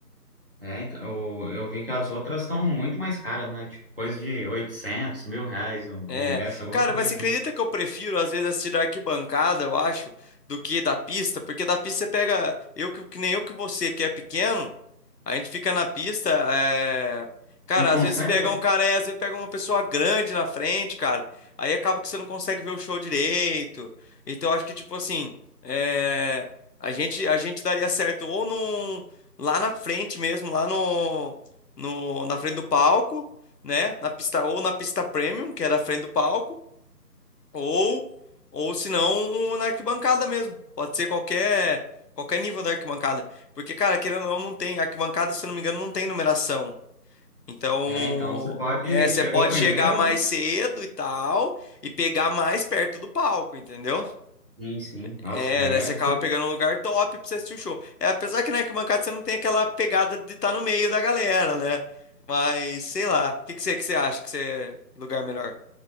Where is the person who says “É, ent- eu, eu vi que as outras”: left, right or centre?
Right